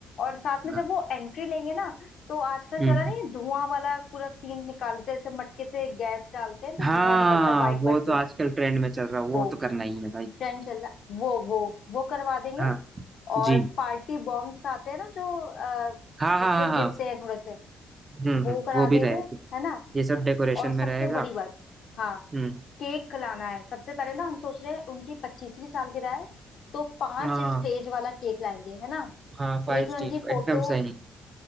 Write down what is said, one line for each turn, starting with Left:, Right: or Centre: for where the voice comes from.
Left: और साथ में
Right: हाँ
Left: जब वो एंट्री लेंगे ना तो आजकल
Right: हम्म
Left: चला नहीं है, धुआं वाला पूरा सीन निकालते हैं जैसे मटके से गैस डालते हैं तो
Right: हाँ
Left: धुआं निकलता है वाइट
Right: वो
Left: वाइट
Right: तो
Left: कलर
Right: आजकल ट्रेंड में चल रहा वो
Left: वो
Right: तो करना ही है भाई
Left: ट्रेंड चल रहा वो वो वो करवा देंगे
Right: हाँ
Left: और
Right: जी
Left: पार्टी बॉम्ब्स आते हैं ना जो अ,
Right: हाँ हाँ
Left: जिससे
Right: हाँ हाँ
Left: गिरते हैं थोड़े से
Right: हम्म
Left: वो
Right: हम्म
Left: करा
Right: वो
Left: देंगे
Right: भी रहेगा
Left: है ना
Right: ये सब डेकोरेशन
Left: और सबसे
Right: में रहेगा
Left: बड़ी बात हाँ
Right: हम्म
Left: केक लाना है सबसे पहले ना हम सोच रहे हैं उनकी पच्चीसवीं सालगिरह है तो पांच
Right: हाँ
Left: स्टेज वाला केक लाएंगे है ना
Right: हाँ फाइव
Left: एक में
Right: स्टीरियो
Left: उनकी फोटो
Right: एकदम सही